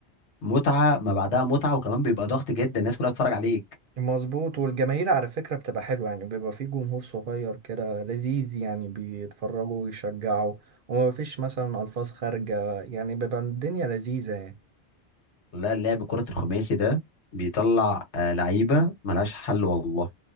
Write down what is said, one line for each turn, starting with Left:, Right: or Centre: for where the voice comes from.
Left: متعة ما بعدها متعة وكمان بيبقى ضغط جدا الناس كلها بتتفرج عليك
Right: فمظبوط والجماهير على فكره بتبقى حلوه يعني بيبقى في جمهور صغير كده لذيذ يعني بيتفرجوا ويشجعوا وما فيش مثلا الفاظ خارجه يعني بيبقى الدنيا لذيذه يعني
Left: لا لعب كرة الخماسي ده بيطلع آه، لعيبة ملهاش حل والله